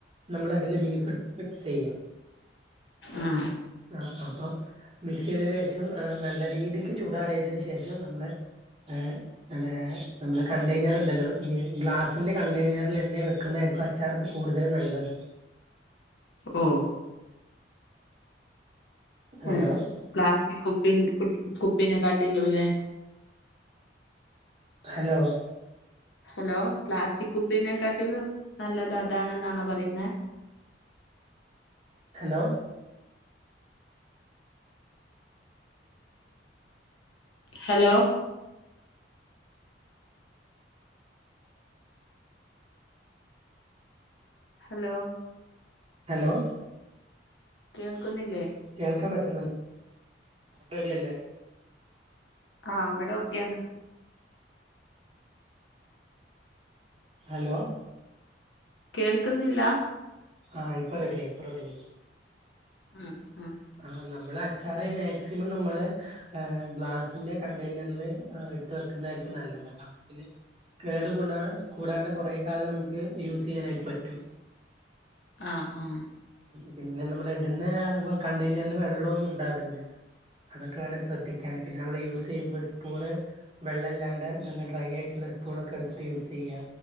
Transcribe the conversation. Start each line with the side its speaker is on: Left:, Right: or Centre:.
Right: നമ്മൾ അതില് ബീഫ് <unintelligible> മിക്സ് ചെയ്യാ.
Left: ആഹ്
Right: ആഹ് അപ്പം മിക്സ് ചെയ്തനേഷം ആഹ് നല്ല രീതിക്ക് ചൂടാറിയതിന് ശേഷം നമ്മള് ഏഹ് അതെ നമ്മളെ കണ്ടെയ്നറിൽ ണ്ടല്ലോ ഈ ഗ്ലാസിന്റെ കണ്ടെയ്നറിലെന്നെ വെക്കുന്നതായിരിക്കും അച്ചാറൊക്കെ കൂടുതലും നല്ലത്.
Left: ഓഹ്
Right: ഹലോ
Left: ഉം പ്ലാസ്റ്റിക് കുപ്പിൻ കുപ് കുപ്പിനെ കാട്ടീലു ല്ലെ.
Right: ഹലോ
Left: ഹലോ പ്ലാസ്റ്റിക് കുപ്പീനെക്കാട്ടിൽ നല്ലത് അതാണ്ന്നാണോ പറയുന്നെ.
Right: ഹലോ
Left: ഹലോ ഹലോ
Right: ഹലോ
Left: കേൾക്കുന്നില്ലേ?
Right: കേൾക്കാൻ പറ്റുന്നു റെഡിയല്ലേ.
Left: ആഹ് വടെ ഓക്കെയാണ്.
Right: ഹലോ
Left: കേൾക്കുന്നില്ലാ?
Right: ആഹ് ഇപ്പ റെഡിയായി ഇപ്പ റെഡിയായി.
Left: ആഹ് ആഹ്.
Right: ആഹ് നമ്മള് അച്ചാറ് മാക്സിമം നമ്മള് ഏഹ് ഗ്ലാസിന്റെ കണ്ടെയ്നറ്ല് ഇട്ട് വെക്കുന്നതായിരിക്കും നല്ലത് അപ്പപിന്നെ കേട് കൂടാ കൂടാണ്ട് കുറേ കാലം നമുക്ക് യൂസ് ചെയ്യാനായിട്ട് പറ്റും.
Left: ആഹ് ഉം
Right: ഉം പിന്നെ നമ്മൾ ഇടുന്ന വ കണ്ടെയ്നർല് വെള്ളൊന്നും ഉണ്ടാവരുത്. അതൊക്കെയാണ് ശ്രദ്ധിക്കാൻ. പിന്നെ നമ്മള് യൂസെയ്യുമ്പ സ്പൂണ് വെള്ളല്ലാണ്ടെ നല്ല ഡ്രൈ ആയിട്ടുള്ള സ്പൂണൊക്കെ എടുത്തിട്ട് യൂസെയ്യാ.